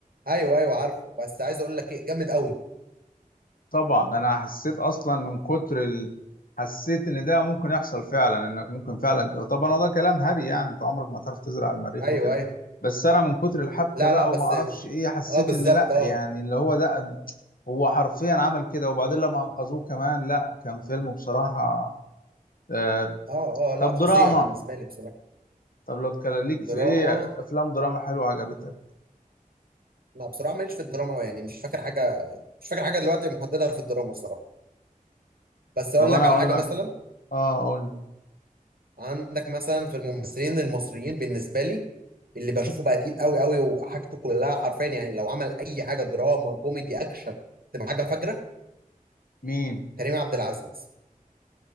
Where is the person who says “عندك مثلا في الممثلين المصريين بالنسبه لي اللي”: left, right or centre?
Right